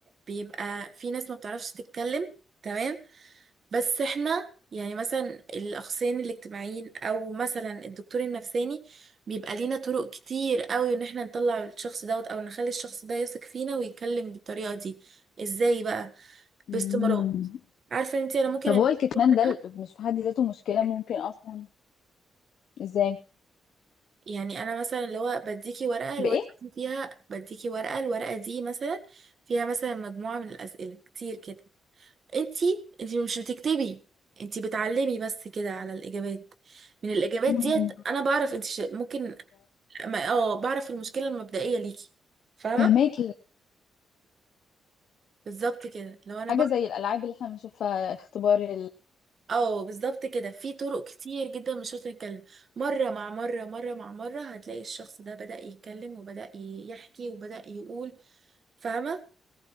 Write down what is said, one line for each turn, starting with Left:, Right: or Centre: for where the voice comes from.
Right: بيبقى في ناس ما بتعرفش تتكلم تمام بس احنا يعني مثلا الاخصائيين الاجتماعيين او مثلا الدكتور النفساني بيبقى لينا طرق كتير قوي ان احنا نطلع الشخص دوت او نخلي الشخص ده يثق فينا ويتكلم بالطريقه دي ازاي بقى
Left: مم.
Right: باستمرار عارفه انت انا ممكن
Left: طب
Right: أديك
Left: هو الكتمان
Right: شهر
Left: ده ال- مش في حد ذاته مشكلة ممكن اصلا ازاي
Right: يعني انا مثلا اللي هو بديكي ورقه الورقه
Left: بايه
Right: دي فيها بديكي ورقه الورقه دي مثلا فيها مثلا مجموعه من الاسئله كتير كده انتي انتي مش بتكتبي انتي بتعلمي بس كده على الاجابات من الاجابات
Left: مم.
Right: ديت انا بعرف انتي ش- ممكن ما- اه بعرف المشكله المبدئيه ليكي فاهمه
Left: فهماكي
Right: بالظبط كده لو انا
Left: حاجة
Right: بعرف
Left: زي الالعاب اللي احنا بنشوفها اختبار ال...
Right: اه بالظبط كده في طرق كتير جدا مش شرط نتكلم مره مع مره مره مع مره هتلاقي الشخص ده بدأ يتكلم وبدأ يحكي وبدأ يقول فاهمه